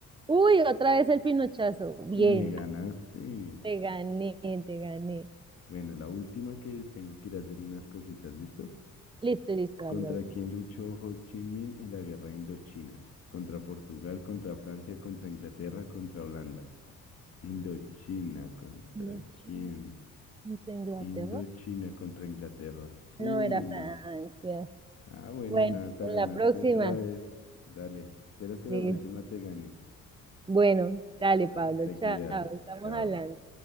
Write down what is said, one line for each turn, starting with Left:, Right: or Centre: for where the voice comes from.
Right: Uy, otra vez el pinochazo. Bien,
Left: Y me ganaste.
Right: te gané, te gané.
Left: Bueno, la última que tengo que ir a hacer unas cositas, ¿listo?
Right: Listo, listo. a
Left: ¿Contra
Right: la última.
Left: quién luchó Ho Chi Minh en la guerra Indochina? Contra Portugal, contra Francia, contra Inglaterra, contra Holanda. Indochina, ¿contra
Right: Noche-
Left: quién?
Right: ¿Inglaterra?
Left: Indochina contra Inglaterra.
Right: No
Left: Uy,
Right: era
Left: no.
Right: Francia.
Left: Ah, bueno,
Right: Bueno,
Left: nada, te
Right: en
Left: ganaste
Right: la próxima.
Left: otra vez. Dale, espero que
Right: Listo.
Left: la próxima te gane.
Right: Bueno, dale, Pablo,
Left: Dale, te cuidas.
Right: chao, estamos
Left: Chao.
Right: hablando.